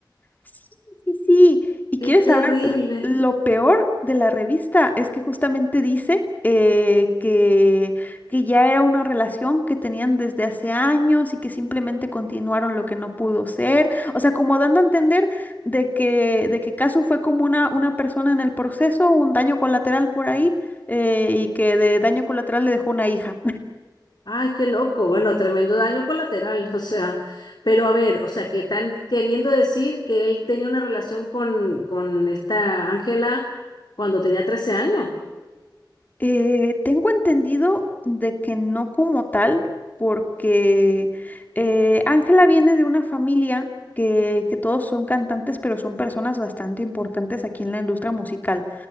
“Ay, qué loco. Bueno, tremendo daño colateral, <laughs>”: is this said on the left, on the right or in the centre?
Left